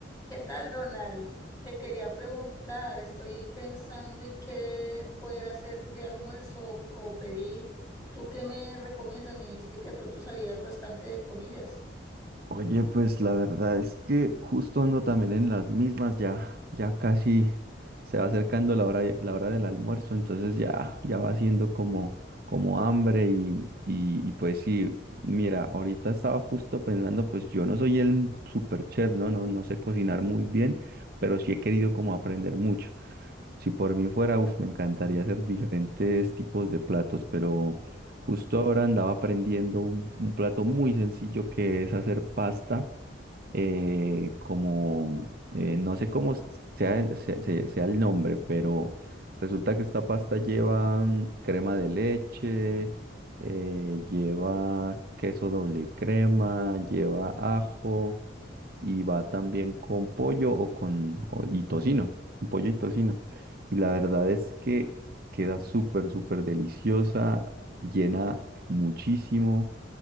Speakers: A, on the left; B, on the right.
A: ¿Qué tal, Ronald? Te quería preguntar, estoy pensando en qué poder hacer de almuerzo o, o pedir. ¿Tú qué me recomiendas? Me dijiste que de pronto sabías bastante de comidas.
B: Oye, pues la verdad es que justo ando también en las mismas, ya, ya casi se va acercando la hora, la hora del almuerzo, entonces ya, ya va siendo como, como hambre y, y, y pues sí, mira, ahorita estaba justo pensando, pues yo no soy el super chef, ¿no? No, no sé cocinar muy bien, pero sí he querido como aprender mucho. Si por mí fuera, uf, me encantaría hacer diferentes tipos de platos, pero justo ahora andaba aprendiendo un, un plato muy sencillo que es hacer pasta, eh, como, eh, no sé cómo s- sea el, se- se- sea el nombre, pero resulta que esta pasta lleva mm, crema de leche, eh, lleva queso doble crema, lleva ajo y va también con pollo o con o- y tocino, con pollo y tocino. Y la verdad es que queda súper, súper deliciosa, llena muchísimo